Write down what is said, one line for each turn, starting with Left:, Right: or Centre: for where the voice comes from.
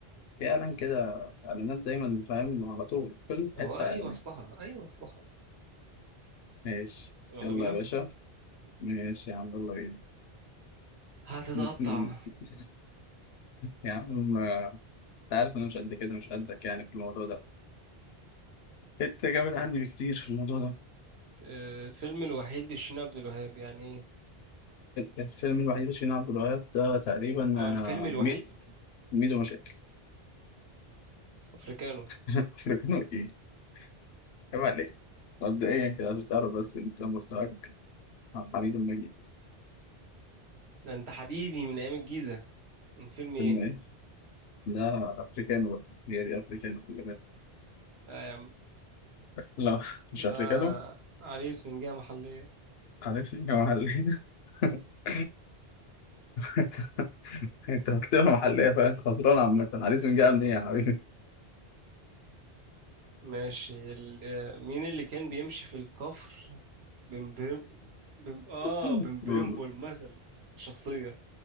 Left: في إعلان كده إعلانات دايما فاهم على طول كل
Right: هو
Left: حتة إعلانات
Right: أي مصلحة أي مصلحة
Left: ماشي
Right: يلا
Left: يلا
Right: بينا
Left: يا باشا ماشي يا عم يلا بينا
Right: هتتقطع
Left: <laughs> يا عم أنت عارف أنا مش قد كده مش قدك يعني في الموضوع ده أنت جامد عني بكتير في الموضوع ده
Right: آه، فيلم الوحيد لشيرين عبد الوهاب يعني ايه
Left: الفيلم الوحيد اللي شيرين عبد الوهاب ده تقريبا
Right: اه الفيلم
Left: آه،
Right: الوحيد
Left: مي- ميدو مشاكل
Right: افريكانو
Left: <laughs> أفريقيا إيه؟ عيب عليك مبدئيا كده عشان تعرف بس أنت مستواك عبد الحميد المجيد
Right: ده انت حبيبي من ايام الجيزة من فيلم ايه
Left: فيلم إيه؟ لا افريكانو بقى. هي دي افريكانو خلي بالك
Right: لا يا عم
Left: لا مش افريكانو
Right: ده عريس من جهة محلية
Left: حليسنجا محلية <laughs> انت انت مكتبة محلية فانت خسران عامة حليسنجا جاية منين يا حبيبي
Right: ماشي ال... مين اللي كان بيمشي في الكفر بمبرم بم... اه
Left: <laughs>
Right: بمبرمبول مثل شخصية